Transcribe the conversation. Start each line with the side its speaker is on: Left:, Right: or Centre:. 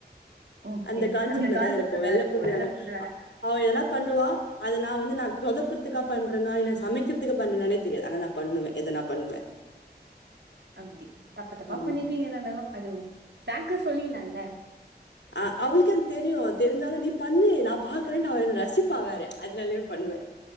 Right: ஓகே
Left: அந்த கான்செப்ட்ல
Right: புரியுது.
Left: தா இருப்போ வெள்ள பூண்டு
Right: நல்ல
Left: வெங்காய
Right: ஃபுட் வேணா
Left: அவ என்னா பண்ணுவா அதனா வந்து நா சொதப்புர்துக்கா பண்றனா இல்ல சமைக்கிர்துக்கு பண்றனானே தெரியாது ஆனா நா பண்ணுவே எதனா பண்ணுவே
Right: அப்டி தப்பு தப்பா
Left: ஆமா.
Right: பண்ணிருவீங்க எதா இருந்தாலு அது ஃபிரங்கா சொல்லிர்லால
Left: ஆ அவுளுக்கெ அது தெரியு தெரிஞ்சாலு நீ பண்ணு நா பாக்றன்ட்டு அவ என்ன ரசிப்பா வேற அதுனாலே பண்ணுவே